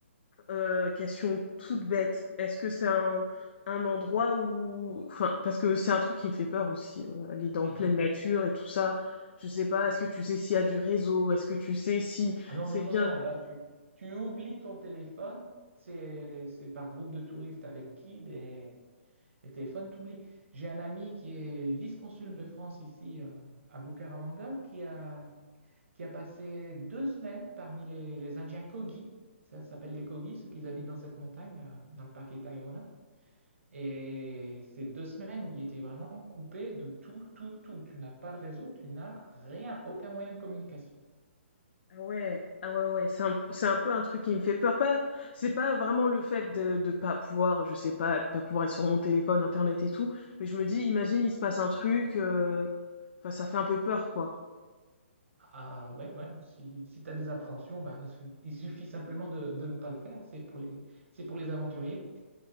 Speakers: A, on the left; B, on the right.
A: Heu, question toute bête, est-ce que c'est un un endroit où enfin, parce que c'est un truc qui me fait peur aussi, heu, aller dans
B: Mhm.
A: pleine Mmh. nature et tout ça. Je sais pas, est-ce que tu sais s'il y a du réseau? Est-ce que tu sais si
B: Ah non,
A: c'est
B: non,
A: bien
B: non, non, là, tu, tu oublies ton téléphone. C'est, c'est par groupe de touristes avec guide et, et téléphone, t'oublies J'ai un ami qui est vice-consul de France ici euh, à Bucaramanga qui a qui a passé deux semaines parmi les, les Indiens Kogi. Ça s'appelle les Kogi, ceux qui habitent dans cette montagne, euh, dans le parc Tayrona. Et c'est deux semaines où il était vraiment coupé de tout, tout, tout. Tu n'as pas de réseau, tu n'as rien, aucun moyen de communication.
A: ah ouais, ah ouais, ouais, c'est un c'est un peu un truc qui me fait peur. Pas c'est pas vraiment le fait de de pas pouvoir, je sais pas, de pas pouvoir être sur mon téléphone, internet et tout, mais je me dis: «Imagine, il se passe un truc», heu, enfin ça fait un peu peur, quoi.
B: Ah ouais, ouais, si, si tu as des appréhensions, bah, <laughs> il suffit simplement de, de ne pas le faire. C'est pour les, c'est pour les aventuriers.